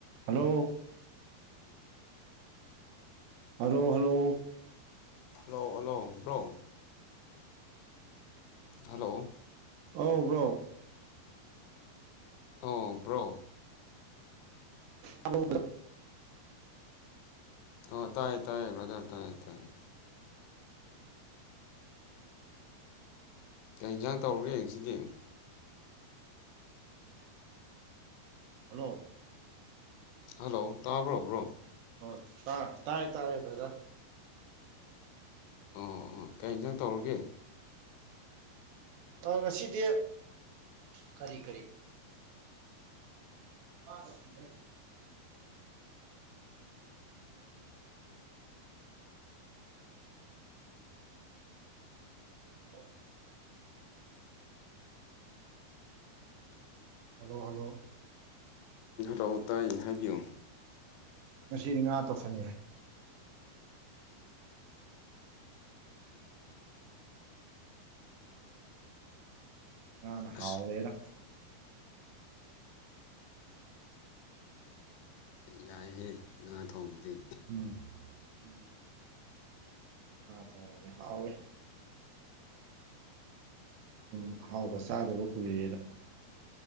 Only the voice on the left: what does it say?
hello hello bro hello
ꯑꯧ bro
ꯑꯣ ꯇꯥꯏꯌꯦ ꯇꯥꯏꯌꯦ ꯕ꯭ꯔꯗꯔ ꯇꯥꯏ ꯇꯥꯏꯌꯦ ꯀꯩ ꯏꯟꯖꯥꯡ ꯇꯧꯔꯒꯦ ꯉꯁꯤꯗꯤ
ꯍꯜꯂꯣ ꯇꯥꯕ꯭ꯔꯣꯕ꯭ꯔꯣ
ꯑꯝ ꯑꯝ ꯀꯩ ꯌꯦꯟꯁꯥꯡ ꯇꯧꯔꯒꯦ
ꯑꯧ ꯇꯥꯏꯌꯦ ꯍꯥꯏꯕꯤꯌꯣ
ꯑꯁ
ꯌꯥꯏꯍꯦ ꯉꯥ ꯊꯣꯡꯕꯗꯤ